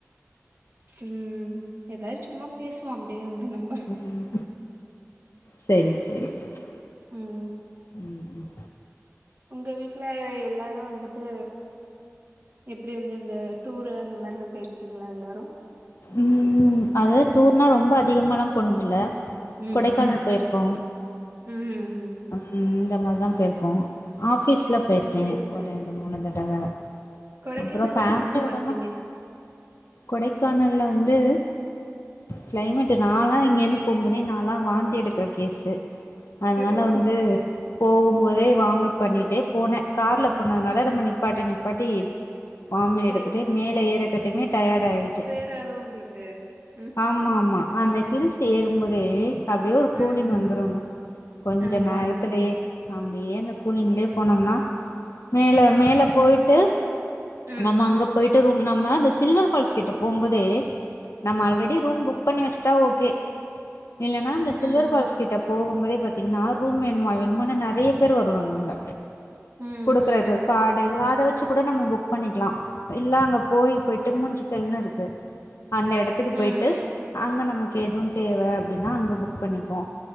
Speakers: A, on the right (about 45°); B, on the left (about 70°).
A: ம் எதாது சும்மா பேசுவோ அப்டியே வந்து நம்ம
B: ம் சேரி சேரி சேர்
A: ம்
B: ம் ம்
A: உங்க வீட்ல எல்லாரு வந்துட்டு எப்டி வந்து இந்த டூரு அந்த மாரிலா போய்ர்க்கீங்ளா எல்லாரு
B: ம் அதது டூர்னா ரொம்ப அதிகமாலா போனதுல்ல
A: ம்
B: கொடைக்கானல் போய்ர்க்கோ
A: ம் ம்
B: ம் இந்த மார்தா போய்ர்க்கோ ஆஃபிஸல போய்ர்க்கே
A: சேரி
B: ஒரு
A: சேரி
B: ரெண்டு மூணு தடவ
A: கொடைக்கானல்
B: அப்புறோ ஃபேம்லியோடன
A: என்னென்ன பாத்தீங்க
B: கொடைக்கானல்ல வந்து கிளைமேட்டு நாளா இங்கிர்ந்து போம்போதே நாளா வாந்தி எடுக்குற கேஸு அதுனால
A: ஓ
B: வந்து போகும் போதே
A: ம்
B: வாமிட் பண்ணிட்டே போனே கார்ல போனதுனால
A: ம்
B: நம்ம நிப்பாட்டி நிப்பாட்டி வாமி
A: சேரி
B: எடுத்துட்டு மேல ஏறக்காட்டிமே டயர்டா ஆய்ருச்சு
A: சுத்தாதோ உங்குளுக்கு ம்
B: ஆமா ஆமா அந்த ஹில்ஸ் ஏறும்போதே அப்டியே ஒரு
A: ம்
B: கூலிங் வந்துருங்க
A: ம்
B: கொஞ்ச
A: ஆமா
B: நேரத்துலயே
A: ஆமா
B: அப்டியே அந்த கூலிங்ளே போனோம்னா மேல மேல போய்ட்டு
A: ம்.
B: நம்ம அங்க போய்ட்டு ரூம் நம்ம அந்த சில்வர் ஃபால்ஸ்கிட்ட போம்போதே நம்ம ஆல்ரெடி ரூம் புக் பண்ணி வச்ட்டா ஓகே இல்லனா இந்த
A: ம்,
B: சில்வர்
A: ம்.
B: ஃபால்ஸ் கிட்ட போகும்போதே பாத்தீங்ன்னா ரூம் வேண்மா வேண்மானே நெறைய பேர் வருவாங்க அங்க
A: ம்,
B: குடுக்கறக்கு
A: ம்.
B: காடு இதெல்லா அத வெச்சு கூட நம்ம புக் பண்ணிக்கலா இல்ல அங்க போய் போய்ட்டு மூஞ்சிக்கல்னு இருக்கு அந்த எடத்துக்கு
A: ம், ம்.
B: போய்ட்டு அங்க நமக்கு எதுவு தேவ அப்டின்னா அங்க புக் பண்ணிக்வோ